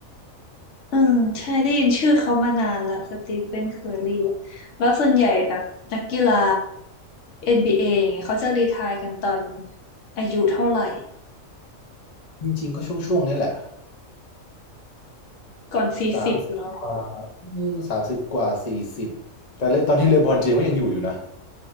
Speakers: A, on the left; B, on the left.
A: อืมใช่ได้ยินชื่อเขามานานละสตีเฟนเคอร์รีอะแล้วส่วนใหญ่แบบนักกีฬา NBA อนบีเออย่างเงี้ยเขาจะรีไทร์กันตอนอายุเท่าไหร่
B: จริงๆก็ช่วงๆเนี้ยแหละ
A: ก่อนสี่สิบหรอ
B: สามสิบกว่าสามสิบกว่าสี่สิบแต่เลยตอนนี้เลบรอนเจมส์ก็ยังอยู่อยู่นะ